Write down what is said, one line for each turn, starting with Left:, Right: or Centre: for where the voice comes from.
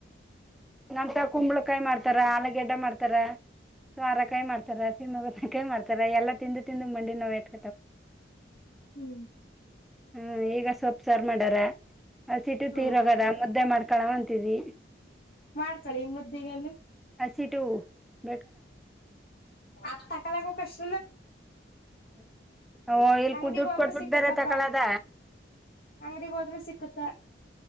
Centre: ನಮಂತ ಕುಂಬಳಕಾಯಿ ಮಾಡ್ತಾರ ಆಲ ಗಡ್ಡ ಮಾಡ್ತಾರ ಸಾರಕಾಯಿ ಮಾಡ್ತಾರ ಸಿಂ ಕೈ ಮಾಡ್ತಾರ ಎಲ್ಲಾ ತಿಂದು ತಿಂದು ಮಂಡಿ ನೋವೈತ
Left: ಹ್ಮ್.
Centre: ಹ್ಮ್ ಈಗ ಸೊಪ್ ಸರ್ ಮಾಡಾರ ಆ ಸಿಟು
Left: ಹ್ಮ್
Centre: ತೀರೋಗದ ಮುದ್ದೆ ಮಾಡ್ ಕಣವಂತಿದಿ.
Left: ಮಾಡ್ಕಳಿ ಮುದ್ದೆಗೇನು.
Centre: <unintelligible>
Left: ಆತ್ ತಕುವ ಕಷ್ಟ
Centre: <inaudible> ಓ ಇಲ್
Left: ಅಂಗಡಿಗ್
Centre: ಕುಡ ದುಡ್
Left: ಹೋದ್ರೆ
Centre: ಕೊಟ್ಬಿಡ್
Left: ಸಿಕ್ಕತ್ತಪ್ಪ
Centre: ಬೇರೆ ತಕಳದ.
Left: ಅಂಗಡಿಗ್ ಹೋದ್ರೆ ಸಿಕ್ಕುತ್ತ